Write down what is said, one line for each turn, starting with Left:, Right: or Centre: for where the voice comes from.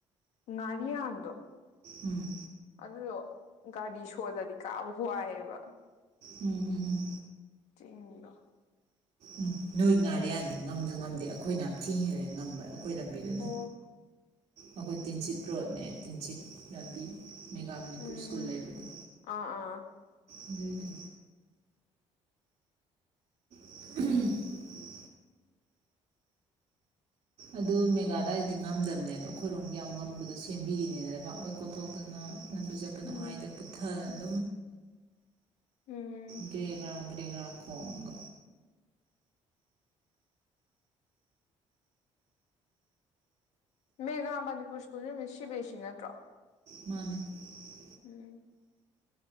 Left: ꯉꯥꯔꯤꯌꯥꯟꯗꯣ
Right: ꯎꯝ
Left: ꯑꯗꯨꯗꯣ ꯒꯥꯔꯤ ꯁꯣꯜꯂꯗꯤ ꯀꯥꯕ ꯋꯥꯏꯋꯦꯕ
Right: ꯎꯝ ꯎꯝ ꯎꯝ
Left: ꯆꯤꯡꯗꯣ
Right: ꯎꯝ ꯅꯣꯏ ꯉꯥꯔꯦꯌꯥꯟꯗꯤ ꯉꯝꯖꯨ ꯉꯝꯗꯦ ꯑꯈꯣꯏꯅ ꯌꯥꯝꯝ ꯊꯤ ꯍꯦꯜꯂꯦ ꯉꯝꯕ ꯑꯈꯣꯏ ꯂꯝꯕꯤꯗꯨꯅ
Left: ꯑꯣ
Right: ꯑꯈꯣꯏ ꯇꯤꯟꯁꯤꯠ ꯔꯣꯗꯅꯦ ꯇꯤꯟꯁꯤꯠ ꯂꯝꯕꯤ ꯃꯦꯒꯥ ꯃꯅꯤꯄꯨꯔ
Left: ꯎꯝ
Right: ꯁ꯭ꯀꯨꯜ ꯂꯩꯕꯗꯣ
Left: ꯑꯥ ꯑꯥ
Right: ꯑꯗꯨꯏꯗꯣ <unintelligible> <unintelligible> ꯑꯗꯨ ꯃꯦꯒꯥꯑꯗꯥꯏꯗꯗꯤ ꯉꯝꯗꯕꯅꯦ ꯑꯗꯣ ꯑꯈꯣꯏꯔꯣꯝꯒꯤ ꯌꯥꯝ ꯉꯝꯕꯗꯣ ꯁꯦꯝ ꯄꯤꯔꯤꯅꯤꯅ ꯂꯩꯕꯥꯛ ꯂꯣꯏ ꯀꯣꯊꯣꯛꯇꯅ ꯂꯝꯕꯤ ꯆꯠꯄ ꯅꯨꯡꯉꯥꯏꯇ
Left: ꯎꯝ
Right: ꯄꯨꯠꯊꯥꯔꯅ
Left: ꯎꯝ
Right: ꯀꯦ ꯒ꯭ꯔꯥ <unintelligible> <inaudible> ꯇꯦꯒ꯭ꯔꯥ ꯈꯣꯡ <unintelligible>
Left: ꯃꯦꯒꯥꯥ ꯃꯅꯤꯄꯨꯔ ꯁ꯭ꯀꯨꯜꯖꯤ ꯃꯤꯁ ꯁꯤ ꯕꯤ ꯁꯤ ꯅꯠꯇ꯭ꯔꯣ
Right: ꯃꯥꯟꯅꯦ <inaudible>
Left: ꯎꯝ <unintelligible>